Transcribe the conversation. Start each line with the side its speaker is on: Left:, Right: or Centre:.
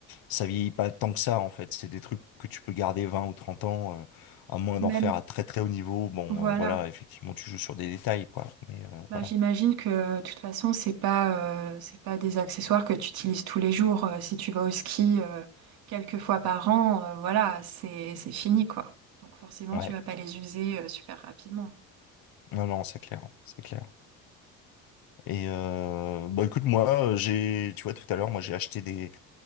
Left: ça vieillit pas tant que ça en fait. C'est des trucs que tu peux garder 20 ou 30 ans, euh, à moins
Right: même,
Left: d'en faire à très très haut niveau. Bon,
Right: voilà.
Left: euh, voilà, effectivement, tu joues sur des détails quoi. Mais euh,
Right: Bah,
Left: voilà,
Right: j'imagine que euh, de toute façon, c'est pas, euh, c'est pas des accessoires que tu utilises tous les jours. Euh, si tu vas au ski euh, quelques fois par an, euh, voilà, c'est, c'est fini, quoi. Donc forcément,
Left: ouais.
Right: tu vas pas les user euh, super rapidement.
Left: Non, non, c'est clair, c'est clair. Et euh, bah écoute, moi, euh, j'ai, tu vois, tout à l'heure, moi, j'ai acheté des